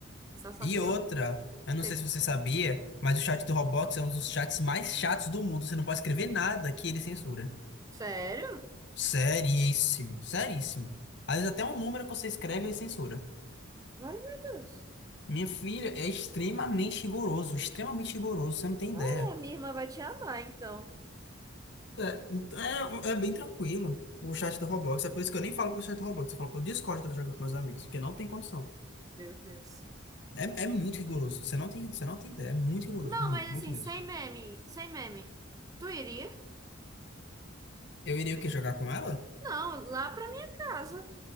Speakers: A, on the right; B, on the left.
A: Você só só
B: E
A: criam.
B: outra, eu não
A: Você...
B: sei se você sabia, mas o chat do Roblox é um dos chats mais chatos do mundo. Você não pode escrever nada que ele censura.
A: Sério?
B: Seríssimo, seríssimo. Às vezes até um número que você escreve ele censura.
A: Vale, meu Deus.
B: Minha filha é extremamente rigoroso, extremamente rigoroso, você não tem
A: Ai,
B: ideia.
A: a minha irmã vai te amar, então.
B: É, então é, é bem tranquilo o chat do Roblox. É por isso que eu nem falo pro chat do Roblox, eu falo pro Discord que eu tô jogando com meus amigos, porque não tem condição.
A: Meu Deus.
B: É, é muito rigoroso. Você não tem, você não tem ideia. É muito rigoroso.
A: Não,
B: Muito,
A: mas assim,
B: muito mesmo.
A: sem meme, sem meme. Tu iria?
B: Eu iria o quê? Jogar com ela?
A: Não, lá pra minha casa.